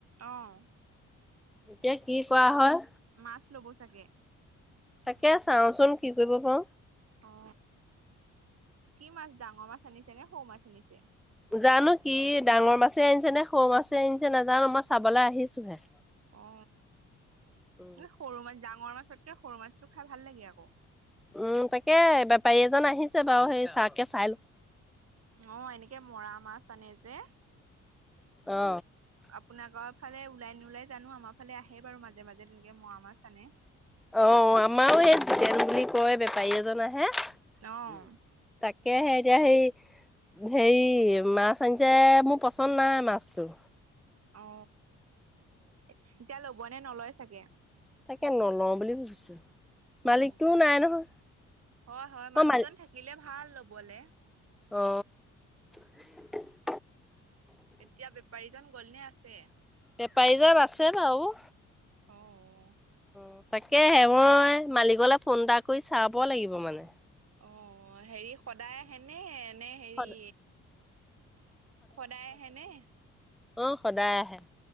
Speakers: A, on the right; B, in the centre.
A: আহ
B: এতিয়া কি কৰা হয়?
A: মাছ ল'ব চাগে
B: তাকে চাওচোন কি কৰিব পাৰো।
A: অ কি মাছ ডাঙৰ মাছ আনিছো নে সৌ মাছ শুনিছে
B: জানো কি ডাঙৰ মাছে আনিছে নে সৌ মাছে আনিছে নাজানো মই চাবলৈ আহিছোহে
A: অ
B: উম
A: এ সৰু মাজ ডাঙৰ মাছতকে সৰু মাছটো খাই ভাল লাগে আকৌ
B: উম তাকে বেপাৰী এজন আহিছে বাৰু সেই চাকে চাই ল
A: অ এনেকে মৰাম মৰা মাছ আনে যে
B: অ
A: আপোনাৰ ঘৰ ফালে ওলাই ন ওলাই জানো আমাৰ ফালে আহে বাৰু মাজে মাজে তেনেকে ম মাছ আাননে
B: অ আমাৰো এইেই জিতেন বুলি কয় বেপাৰী এজন আহে তাকে
A: অ',
B: হে এতিয়া সেই হেৰি মাছ আনিছে মোৰ পচন্দ নাই মাছতটো
A: অ এতিয়া ল'ব হবনে নলয় চাগে
B: তাকে নল'ম বুলি ভাবিছো মালিকটোও
A: অঁ
B: নাই নহয়
A: হয় হয় মানুহজন
B: অ মালিক
A: থাকিলে ভাল বলে
B: অ <inaudible>
A: এতিয়া বেপাৰীজন গলনে আছে
B: বেপাৰীজনৰ আছে বাৰু
A: অঁ
B: অঁ তাকে হে মই মালিকলৈ ফোন এটা কৰি চাব লাগিব মানে
A: অঁ হেৰি সদায় আহে নে মানে হেৰি
B: সদ
A: সদায় আহেনে
B: অঃ সদায় আহে